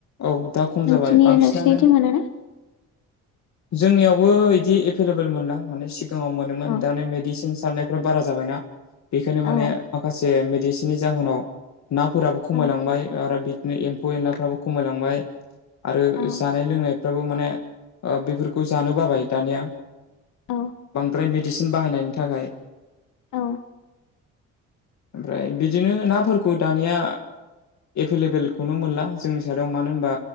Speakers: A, on the left (about 65°); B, on the left (about 85°).
A: औ दा खम
B: नोंसिनि
A: जाबाय बांसिनानो
B: नोंसिनिथिं मोनोना
A: जोंनियावबो इदि एभेलेबल मोनला माने सि सिङाव मोनोमोन
B: अ
A: दाने मेडिसिन सारनायफ्रा बारा जाबायना बेखायनो
B: औ
A: माने माखासे मेडिसिन बिनि जाहोनाव नाफोराबो
B: औ
A: खमायलांबाय आरो बिदिनो एम्फौ एनलाफ्राबो खमायलांबाय आरो
B: औ
A: जानाय लोंनायफ्राबो माने बेफोरखौ जानो बाबाय दानिया
B: औ
A: बांद्राय मेडिसिन बाहायनायनि थाखाय
B: औ
A: ओमफ्राय बिदिनो नाफोरखौ दानिया एभेलेबोलखौनो मोनला जोंनि साइआव मानो होनोमबा